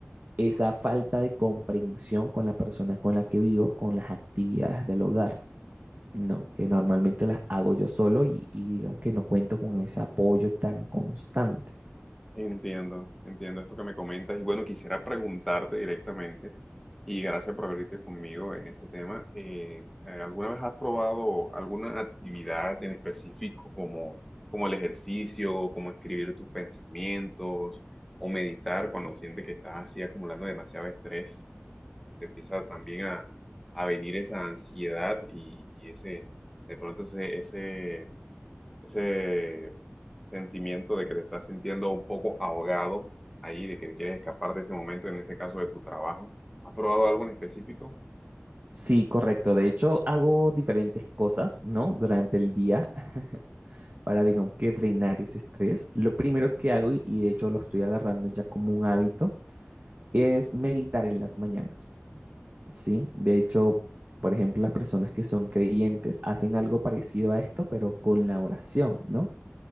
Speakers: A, on the right; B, in the centre.
A: esa falta de comprensión con la persona con la que vivo, con las actividades del hogar. No, que normalmente las hago yo solo y, y digamos que no cuento con ese apoyo tan constante.
B: Entiendo, entiendo esto que me comentas y bueno, quisiera preguntarte directamente y gracias por abrirte conmigo en este tema. eh, eh, ¿alguna vez has probado alguna actividad en específico como, como el ejercicio, como escribir tus pensamientos o meditar cuando sientes que estás así acumulando demasiado estrés? Te empieza también a, a venir esa ansiedad y, y ese, de pronto ese, ese, ese sentimiento de que te estás sintiendo un poco ahogado ahí, de que quieres escapar de ese momento, en este caso de tu trabajo. ¿Has probado algo en específico?
A: Sí, correcto. De hecho, hago diferentes cosas, ¿no? Durante el día <laughs> para, digamos que, drenar ese estrés. Lo primero que hago, y y de hecho lo estoy agarrando ya como un hábito, es meditar en las mañanas, ¿sí? De hecho, por ejemplo, las personas que son creyentes hacen algo parecido a esto, pero con la oración, ¿no?